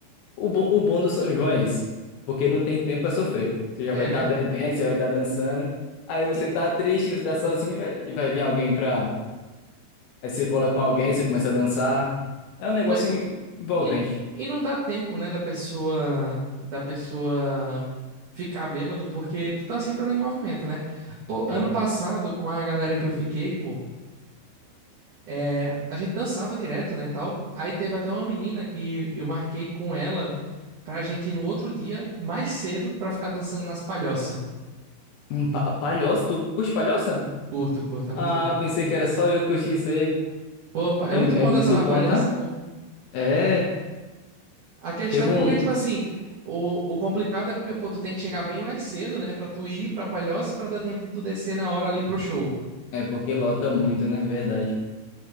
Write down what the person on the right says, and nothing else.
É
mesmo.
E,
pois é,
E, e não dá tempo, né, da pessoa da pessoa ficar bêbado, porque tu tá sempre ali em movimento, né? Pô,
ano passado, com a galera que eu fiquei, pô, é, a gente dançava direto, né, tal. Aí teve até uma menina que eu marquei com ela pra gente ir no outro dia, mais cedo, pra ficar dançando nas palhoças.
Curto, curto, é
muito bom.
Pô, é
muito
bom
dançar na
palhoça,
pô.
A questão
é
porque, tipo assim, o, o complicado é porque, pô, tu tem que chegar bem mais cedo, né? Pra tu ir pra Palhoça, pra dar tempo de tu descer na hora ali pro show.